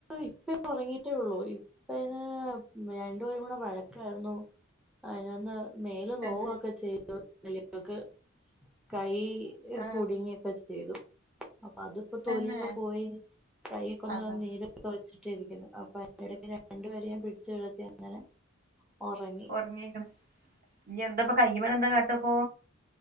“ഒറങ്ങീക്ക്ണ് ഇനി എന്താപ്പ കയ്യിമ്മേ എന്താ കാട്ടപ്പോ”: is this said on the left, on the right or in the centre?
Right